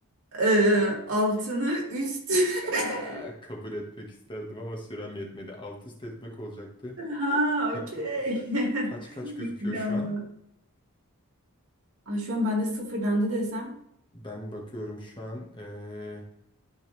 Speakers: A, on the right (about 75°); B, on the left (about 20°).
A: Ee, altını üst.
B: Aa,
A: <laughs>
B: kabul etmek isterdim ama sürem yetmedi. Alt üst etmek olacaktı.
A: Ha,
B: Tak,
A: okey.
B: ş-
A: <laughs>
B: kaç kaç gözüküyor
A: İyi
B: şu
A: ama.
B: an?
A: Ay, şu an ben de sıfırlandı desem.
B: Ben bakıyorum şu an. eee,